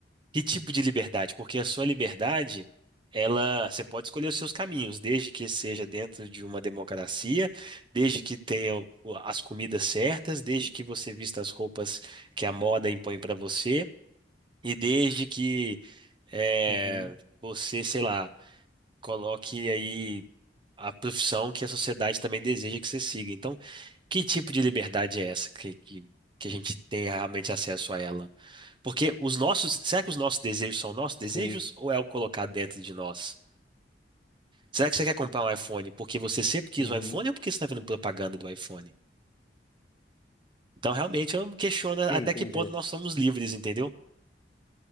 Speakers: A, on the right; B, on the left.
A: Que tipo de liberdade? Porque a sua liberdade, ela, você pode escolher os seus caminhos, desde que seja dentro de uma democracia, desde que tenha o- as comidas certas, desde que você vista as roupas que a moda impõe para você, e desde que é,
B: Uhum,
A: você, sei lá, coloque aí a profissão que a sociedade também deseja que você siga. Então, que tipo de liberdade é essa que, que, que a gente tem realmente acesso a ela? Porque os nossos, será que os nossos desejos são nossos desejos
B: sim,
A: ou é o colocado dentro de nós? Será que você quer comprar um iPhone porque você sempre quis
B: uhum,
A: um iPhone ou porque você está vendo propaganda do iPhone? Então, realmente, eu me questiono
B: sim,
A: até
B: entendi.
A: que ponto nós somos livres, entendeu?